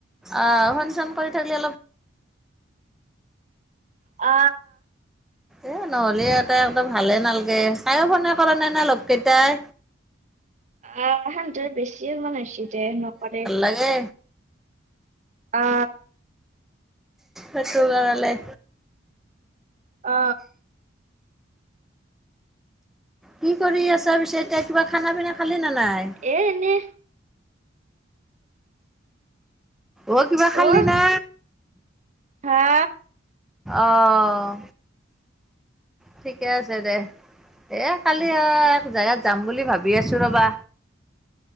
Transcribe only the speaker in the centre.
অ, ফোন চুন থাকিলি অলপ।
এ নহ'লে ইহঁতে একদম ভালে নালগে তাইও ফোনে কৰা নে নাই লগ কেইটাই।
তাকে।
হেতো লৰালে।
কি কৰি আছা পিছে এতিয়া কিবা খানা পিনা খালি নে নাই।
ঐ কিবা খালি
না?
অঁ ঠিকে আছে দে। এই কালি এক জোগাত যাম বুলি ভাবি আছোঁ ৰ'বা।